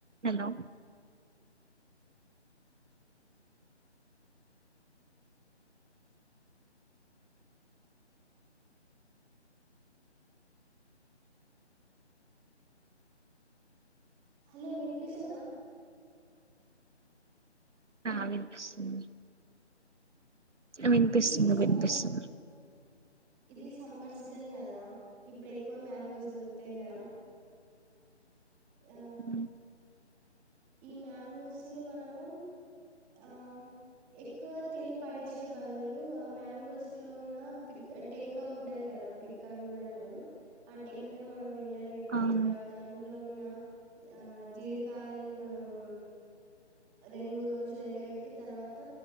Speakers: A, on the right; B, in the centre.
A: hello
B: hello విన్పిస్తుందా
A: ఆ వినిపిస్తుంది వినిపిస్తుంది
B: ఇది సమ్మర్
A: వినిపిస్తుంది
B: ఇది సమ్మర్ సీజన్ కదా ఇప్పుడు ఎక్కువ మ్యాంగోస్ దొరూ తే కదా ఆ
A: హుం
B: ఈ మ్యాంగోస్ ని మనము ఆ ఎక్కువ తిని పడేసే బదులు ఆ మ్యాంగోస్ లో ఉన్న పిక్ టెంక ఉంటది కదా పిక్క అని కూడా అంటారు ఆ టెంకను మనం ఏ డ పెట్టి
A: అవును
B: తర్వాత అందులో ఉన్న ఆ జీడికాయల్ని మనము రెండు మూడు రోజులు ఎండ పెట్టి తర్వాత